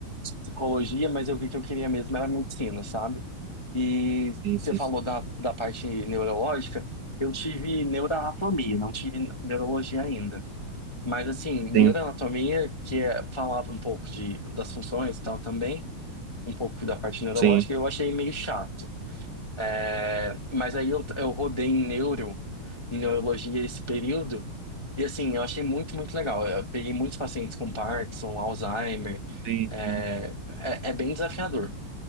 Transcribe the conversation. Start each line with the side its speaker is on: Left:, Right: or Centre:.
Left: psicologia, mas eu vi que eu queria mesmo era medicina, sabe? E
Right: sim,
Left: você
Right: sim,
Left: falou
Right: sim.
Left: da, da parte neurológica, eu tive neuroanatomia, não tive neurologia ainda. Mas assim, neuroanatomia,
Right: Sim,
Left: que é- falava um pouco de, das funções e tal também, um pouco da parte neurológica,
Right: sim,
Left: eu achei meio chato. É, mas aí eu, eu rodei em neuro, em neurologia esse período, e assim, eu achei muito, muito legal. Eu peguei muitos pacientes com Parkinson, Alzheimer,
Right: sim,
Left: é,
Right: sim.
Left: é, é bem desafiador,